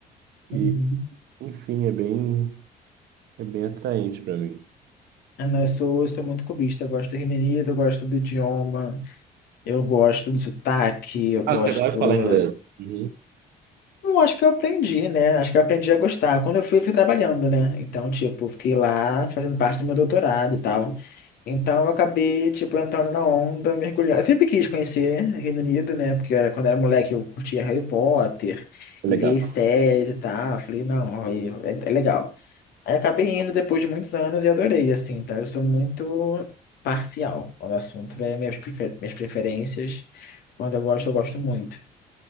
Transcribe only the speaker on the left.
Uhum.
Ah, não, eu sou, eu sou muito cubista. Eu gosto do Reino Unido, eu gosto do idioma, eu gosto do sotaque, eu gosto.
Não, acho que eu aprendi, né? Acho que eu aprendi a gostar. Quando eu fui, eu fui trabalhando, né? Então, tipo, fiquei lá fazendo parte do meu doutorado e tal. Então, eu acabei, tipo, entrando na onda, mergulhando. Eu sempre quis conhecer Reino Unido, né? Porque era, quando eu era moleque, eu curtia Harry Potter
e via as séries e tal. Eu Falei, não, aí é, é legal. Aí acabei indo depois de muitos anos e adorei, assim. Então, eu sou muito parcial quando o assunto é minhas, prefer- minhas preferências. Quando eu gosto, eu gosto muito.